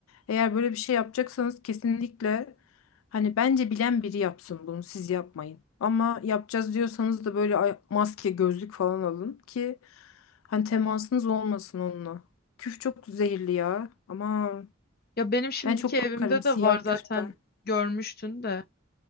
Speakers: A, on the left; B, on the left.
A: Eğer böyle bir şey yapacaksanız kesinlikle hani bence bilen biri yapsın bunu siz yapmayın. Ama yapacağız diyorsanız da böyle ay- maske, gözlük falan alın ki hani temasınız olmasın onunla. Küf çok zehirli ya. Ama
B: Ya benim şimdiki
A: ben çok
B: evimde
A: korkarım siyah
B: de var zaten
A: küften.
B: görmüştün de.